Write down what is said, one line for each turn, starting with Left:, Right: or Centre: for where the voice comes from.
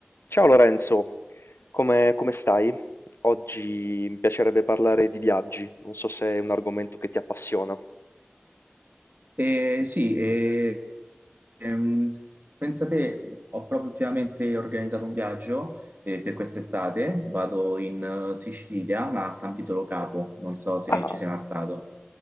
Left: Ciao Lorenzo, come, come stai? Oggi mi piacerebbe parlare di viaggi, non so se è un argomento che ti appassiona.
Right: Eh, sì, eh, ehm, pensate, ho proprio ultimamente organizzato un viaggio eh, per quest'estate, vado in eh, Sicilia, ma a San Vito Lo Capo, non so se
Left: Ah,
Right: ci sei mai stato.